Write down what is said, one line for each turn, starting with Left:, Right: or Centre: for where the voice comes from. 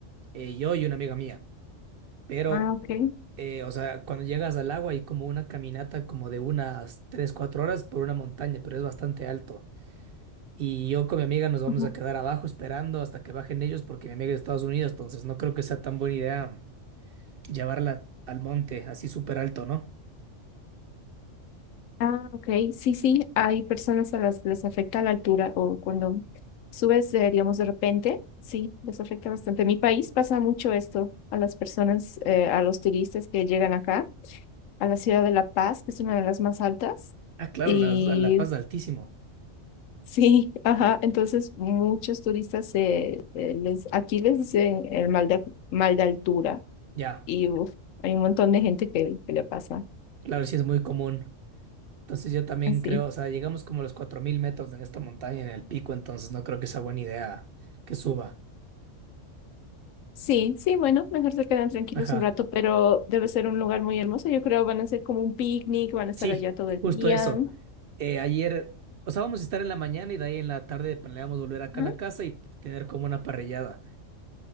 Right: eh, yo y una amiga mía. Pero,
Left: Ah, ok.
Right: eh, o sea, cuando llegas al agua hay como una caminata como de unas 3, 4 horas por una montaña, pero es bastante alto. Y yo con mi amiga nos vamos
Left: Ujú.
Right: a quedar abajo esperando hasta que bajen ellos porque mi amiga es de Estados Unidos, entonces no creo que sea tan buena idea llevarla al monte así súper alto, ¿no?
Left: Ah, ok. Sí, sí. Hay personas a las que les afecta la altura o cuando subes, eh, digamos, de repente. Sí, les afecta bastante. En mi país pasa mucho esto a las personas, eh, a los turistas que llegan acá, a la ciudad de La Paz, que es una de las más altas.
Right: Ah, claro,
Left: Y
Right: La, la, la Paz
Left: <laughs>
Right: es altísimo.
Left: sí, ajá. Entonces, muchos turistas eh, eh, les, aquí les dicen el mal de, mal de altura
Right: Ya,
Left: Y uf, hay un montón de gente que, que le pasa
Right: claro, sí es muy común. Entonces yo también
Left: así.
Right: creo, o sea, llegamos como a los 4.000 metros en esta montaña, en el pico, entonces no creo que sea buena idea que suba.
Left: Sí, sí, bueno, mejor se quedan tranquilos
Right: Ajá.
Left: un rato, pero debe ser un lugar muy hermoso. Yo creo van a ser como un picnic, van a estar
Right: Sí,
Left: allá todo el
Right: justo
Left: día.
Right: eso. Eh, ayer, o sea, vamos a estar en la mañana y de ahí en la tarde planeamos volver acá
Left: Ajá.
Right: a la casa y tener como una parrillada.